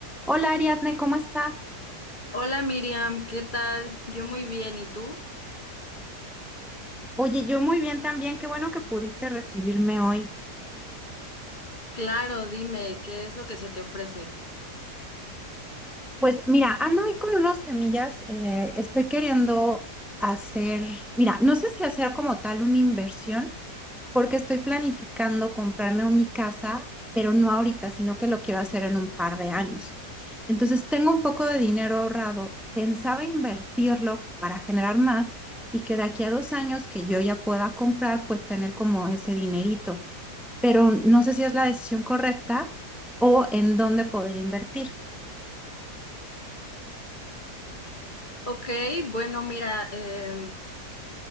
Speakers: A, in the centre; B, on the left.
A: Hola Ariadne, ¿cómo estás?
B: Hola Miriam, ¿qué tal? Yo muy bien, ¿y tú?
A: Oye, yo muy bien también, qué bueno que pudiste recibirme hoy.
B: Claro, dime, ¿qué es lo que se te ofrece?
A: Pues mira, ando ahí con unos temillas, eh, estoy queriendo hacer, mira, no sé si hacer como tal una inversión, porque estoy planificando comprarme mi casa, pero no ahorita, sino que lo quiero hacer en un par de años. Entonces tengo un poco de dinero ahorrado, pensaba invertirlo para generar más y que de aquí a dos años que yo ya pueda comprar, pues tener como ese dinerito. pero no sé si es la decisión correcta o en dónde poder invertir.
B: Ok, bueno, mira, em,